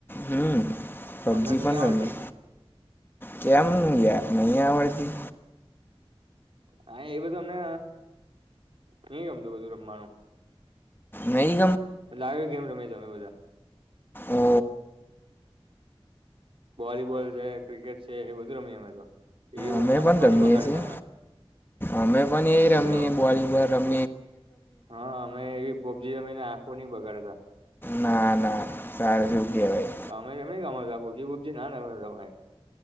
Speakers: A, on the left; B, on the right.
A: હમ પબજી
B: હમણાં જ નહ
A: પણ
B: આવડતી.
A: રમીએ કેમ યાર નહી આવડતી.
B: હા એ બધું અમને નઈ ગમતું બધું રમવાનું.
A: નહી.
B: એટલે આવ ગેમ રમી અમે બધા.
A: ઓ
B: વોલીબોલ છે ક્રિકેટ છે એ બધું રમી અમે તો. એવું
A: અમે
B: આંખો
A: પણ
B: નહી
A: રમીએ
B: બગાડતા
A: છીએ
B: અમે
A: અમે પણ એ રમી
B: હલો
A: વોલીબોલ રમ.
B: હા અમે એવી પબજી અમેને આંખો નઈ બગાડતા.
A: ના ના સારું શું કહેવાય
B: તમે એમને ગ. બજી ના રમ તમારે.